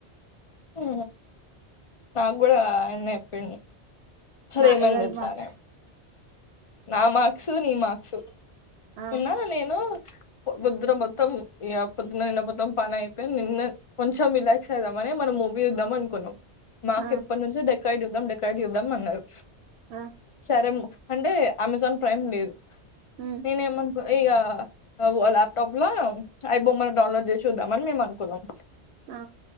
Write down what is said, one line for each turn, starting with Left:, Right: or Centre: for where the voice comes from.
Left: ఉ నాకు కూడా ఆ అన్న చెప్పిండు అసలు
Right: నా
Left: ఏమైంది
Right: ఎవర్
Left: తెలుసానే
Right: మక్స్
Left: నా మార్క్స్ నీ మార్క్సు
Right: ఆ
Left: నిన్న నేను పోదున్న మొత్తం ఇ పొద్న్న నిన్న మొత్తం పని అయిపోయి నిన్న కొంచెం రిలాక్స్ అయిదామని మనం మూవీ ఇద్దాం అనుకున్నాం మాకు
Right: ఆ
Left: ఎప్పటి నుంచే డెకరేట్ చూద్దాం డెకరేట్ చూద్దాం అన్నారు
Right: ఆ
Left: సరే అంటే అమెజాన్ ప్రైమ్ లేదు
Right: ఉమ్
Left: నేనే ఏమన్నా ఇక ల్యాప్టాప్ లో ఐ బొమ్మని డౌన్లోడ్ చేసి చూదాం అన్ని మేము అనుకున్నాం
Right: అ